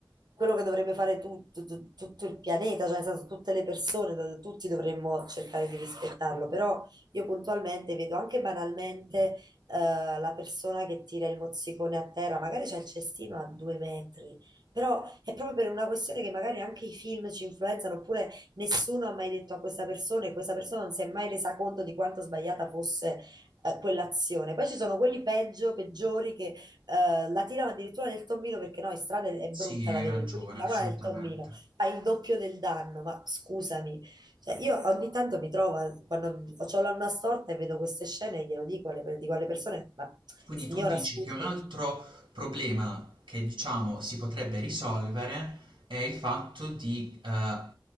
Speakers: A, on the right; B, on the right.
A: quello che dovrebbe fare tu- tu- tu- tutto il pianeta, cioè nel senso, tutte le persone, do- tutti dovremmo cercare di rispettarlo, però io puntualmente vedo anche banalmente eh, la persona che tira il mozzicone a terra, magari c'è il cestino a due metri, però è proprio per una questione che magari anche i film ci influenzano, oppure nessuno ha mai detto a questa persona e questa persona non si è mai resa conto di quanto sbagliata fosse eh, quell'azione. Poi ci sono quelli peggio, peggiori che eh, la tirano addirittura nel tommino perché no, in strada è
B: Sì,
A: brutta
B: hai
A: da vedere,
B: ragione,
A: quindi tiriamola
B: assolutamente.
A: nel tommino, fa il doppio del danno, ma scusami. Cioè, io ogni tanto mi trovo, quando ho l'anna storta e vedo queste scene, glielo dico alle, dico alle persone, ma
B: Quindi
A: signora,
B: tu dici
A: scusi,
B: che un altro problema che diciamo si potrebbe risolvere è il fatto di eh,